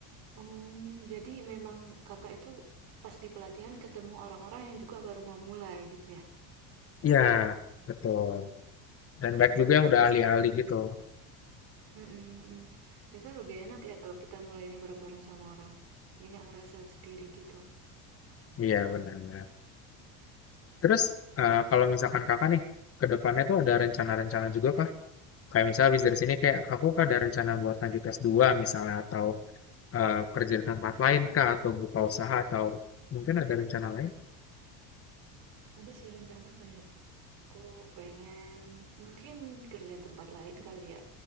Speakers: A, on the right; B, on the left.
A: Hmm. Jadi memang kakak itu pas di pelatihan ketemu orang-orang yang juga baru memulai gitu ya.
B: ya betul dan baik
A: Oh,
B: juga
A: itu
B: yang udah
A: biasa
B: ahli-ahli
A: lebih enak.
B: gitu
A: Mm-mm, mm. Biasanya lebih enak ya kalau kita mulainya bareng-bareng sama orang. Jadi nggak ngerasa sendiri gitu,
B: Iya
A: naruh-naruhnya.
B: benar. Terus
A: Hmm.
B: eh, kalau misalkan kakak nih ke depannya tuh ada
A: Mm-mm,
B: rencana-rencana juga kah? Kayak misalnya habis dari sini kayak aku kah ada rencana buat lanjut s dua misalnya atau eh, kerja di tempat
A: mm-mm.
B: lain kah atau buka usaha atau mungkin ada rencana lain?
A: Ada sih rencana kayak aku pengen mungkin kerja di tempat lain kali ya.